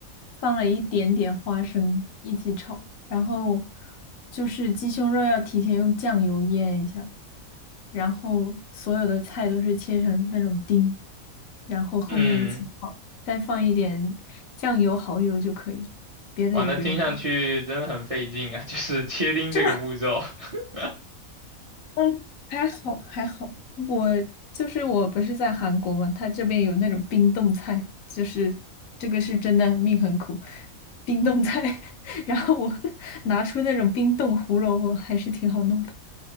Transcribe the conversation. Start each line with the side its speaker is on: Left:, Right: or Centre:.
Left: 放了一点点花生一起炒，然后就是鸡胸肉要提前用酱油腌一下，然后所有的菜都是切成那种丁，然后后面一起炒，
Right: 嗯，
Left: 再放一点酱油、蚝油就可以了，别的也不用什么。
Right: 哇，那听上去真的很费劲啊，就是切丁这个步骤。
Left: <laughs>
Right: <laughs>
Left: 嗯，还好还好，我就是我不是在韩国嘛，他这边有那种冰冻菜，就是这个是真的命很苦，冰冻菜。<laughs> 然后我 <laughs> 拿出那种冰冻胡萝卜，还是挺好弄的。